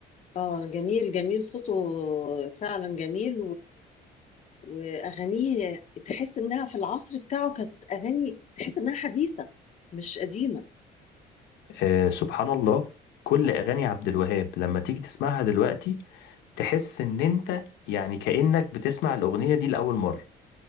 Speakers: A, on the left; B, on the left.
A: اه جميل جميل صوته فعلا جميل واغانيه تحس انها في العصر بتاعه كانت اغاني تحس انها حديثه مش قديمه
B: آه سبحان الله كل اغاني عبد الوهاب لما تيجي تسمعها دلوقتي تحس ان انت يعني كانك بتسمع الاغنيه دي لاول مره